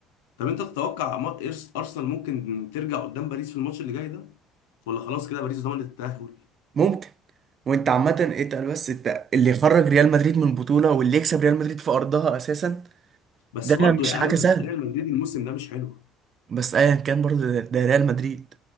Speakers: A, on the left (about 80°); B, on the right (about 45°).
A: طب أنت تتوقع ما- إرس- أرسنال ممكن ترجع قدام باريس في الماتش اللي جاي ده ولا خلاص كده باريس ضمنت التأهل
B: ممكن وانت عامه اتقل بس انت اللي يخرج ريال مدريد من البطوله واللي يكسب ريال مدريد في ارضها اساسا
A: بس
B: ده
A: برضو يا
B: مش
A: عم
B: حاجه سهله
A: بس ريال مدريد الموسم ده مش حلو
B: بس ايا كان برضو ده, ده ريال مدريد